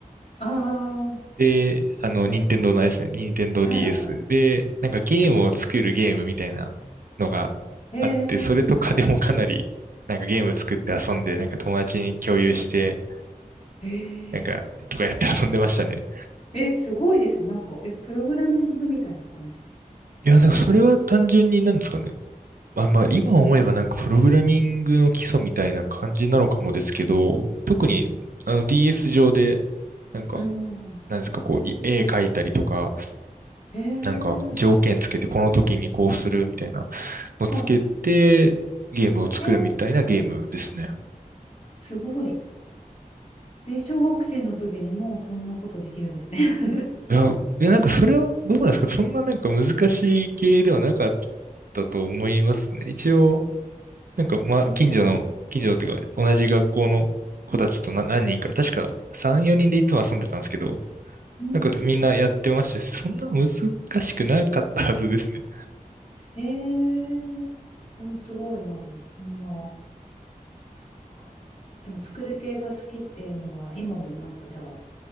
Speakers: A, on the left; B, on the right.
A: あ
B: で、あの、任天堂のあれですね、任天堂
A: あ、
B: DS
A: はいはいは
B: で、なんかゲームを作るゲームみたいなのがあって、
A: い。え
B: それとかでもかなり、なんかゲーム作って遊んで、なんか友達に共有して、
A: ー、え
B: なんか、とかやって遊んでましたね。
A: ー、え、すごいです。なんか、え、プログラミングみたいな感じですか。
B: いや、なんかそれは単純になんですかね。まあまあ、今思えばなんかプログラミングの基礎みたいな感じなのかもですけど、特にあの DS 上で、なんか、
A: うんうんうん。
B: なんですか、こう、い絵描いたりとか、
A: えー、
B: なんか条件つけてこの時にこうするみたいなのつけて、
A: あ、
B: ゲームを作るみたいなゲームですね。
A: えー、すごい。え、小学生の時にもうそんなことできるんですね。<laughs>
B: いや、いやなんかそれはどうなんですかそんななんか難しい系ではなかったと思いますね。一応、なんか、まあ、
A: ええ
B: 近所の、近所のっていうか、同じ学校の子たちとな何人か、確か3、4人でいつも遊んでたんですけど、
A: うん。
B: なんかみんなやってましたし、そんな難しくなかったはずですね。
A: ええでもすごいな、そんな、そっか。でも作る系が好きっていうのは、今もなんかじゃあ、